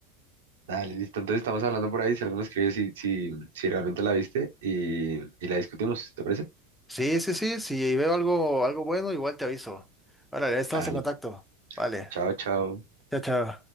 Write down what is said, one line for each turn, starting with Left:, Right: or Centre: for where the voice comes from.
Right: dale, listo. Entonces estamos hablando por ahí, si alguno escribe si, si, si realmente la viste y, y la discutimos, ¿te parece?
Centre: Sí, sí, sí. Si veo algo, algo bueno, igual te aviso. Órale, estamos
Right: Dale,
Centre: en contacto. Vale.
Right: chao, chao.
Centre: Chao, chao.